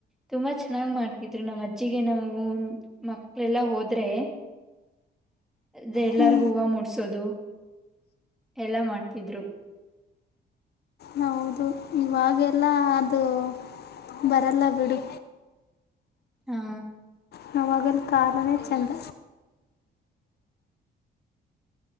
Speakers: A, in the centre; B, on the left (about 65°).
A: ತುಂಬಾ ಚೆನ್ನಾಗ್ ಮಾಡ್ತ ತರು ನಮ್ಮ್ಜ್ಜಿಗೆ ನಾವು ಹ್ಮ ಮಕ್ಳೆಲ್ಲಾ ಹೋದ್ರೆ ಅ ಎಲ್ಲರಿಗು
B: ಹ್ಞೂ
A: ಹೂವು ಮೂಡ್ಸೋದು ಎಲ್ಲ ಮಾಡ್ತ ತಿದ್ರು
B: ಹೌದು ಇವಾಗೆಲ್ಲ ಅದು ಬರಲ್ಲ ಬಿಡು
A: ಹಾ
B: ನಾಗಲ್ ಕಾರಾಲಣೆ ಚಂದ